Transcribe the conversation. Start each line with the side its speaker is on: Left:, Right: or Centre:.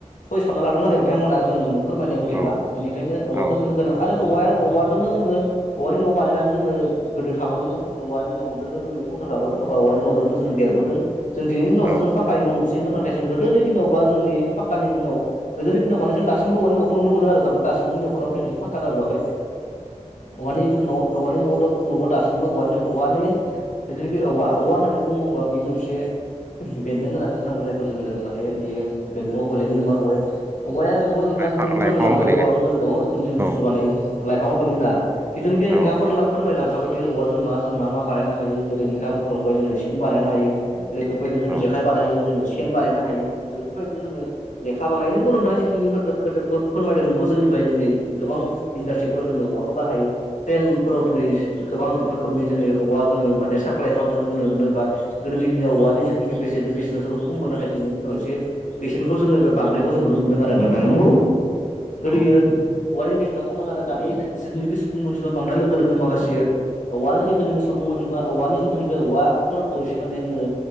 Left: सयस खालामना लादोंमोन आरो बिथांमोना जों फोरमायनाय मतेब्ला
Right: औ
Left: बेनिखायनो औवाखौ
Right: औ
Left: जोंनो गोनां आरो औवाया औवादोनो जोङो औवानि न' बानायनानै जोङो गोदो थाबोदोंमोन औवानि न'दोनो जोङो संसार जाबोदों औवानि न'दोनो जों देरबोदों जों दिनैनि न'वावसो
Right: औ
Left: जों पाकानि नुसैमोन नाथाय जों गोदोनि दिनाव बा जोंनि पाक्कानि दिनाव गोदोनि दिनाव माने जों दामसिमबो औवानि न'खौनो नुनो मोनो आरो गासिबो नखारावबो दिनैसि पाक्का जाजोबाखै औवानि न' औवानि न' न'आव दासिमबोवानि औवानि औवानि बेजों बे औवा औवा होननानै बुङोबा बेयो मोनसे बेन्दों होननानै बुंनांगो जायखौ जोङो माने बेयो बेन्दोंआव गोलैगोन नामा औवाया औवाया नोंगौ नोंथाङा
Right: लाइफां
Left: जितुनोखि
Right: लाइफाङाव
Left: फोरानबाय लांबाय
Right: गोलैगोन
Left: औवा जों गोबां रोखोमनि जों बुस्थु
Right: औ
Left: बानायायो लाफाङाव गोलैगोन दा जितुनोखि
Right: औ
Left: नोंथाङा फोर फोरमायलां खाबायदि औवाजों मा जों मा मा बानायनो हायो जेरै नोंथाङा बुंखालांबाय जोंङो सिफुं बानायनो हायो। जेर बेफोरबायदिनो जों
Right: औ
Left: जेखाइ बानायो जोङो सेन बानायनो हायो जेरै बेफोरबायदिनो जोङो लेखा बानायो नोंगौ नोंथाङा <unintelligible> फोरमायदों नोंगौ जोंनिफ्राय दिनै गोबां इन्डास्ट्रिफोराव जोङो औवाखौ बाहायो ट्रेनफोराव दिनै गोबां रोखोमनि जेनै औवा जोङो माने साप्लाय खालामनायखौ जों नुनो मोनो बा गोदोनि दिनाव औवानि जितुनोखि बेसेननि बेसेना जोबोद खममोन नाथाय दिनैनि दिनाव एसे बेसेनखौ जोङो बे बांनायखौ जों नुनो मोनदों आरो नोंथां नंगौ
Right: औ
Left: गोदोयो औवानि बेसेना खममोन आरो दानि बिनोखि सुबुं अनजिमा बांनाय लोगो लोगो माखासे औवानि जितुनोखि सुबुं अनजिमा औवानि जितुनोखि औवाफोरखौ एसे माने जोङो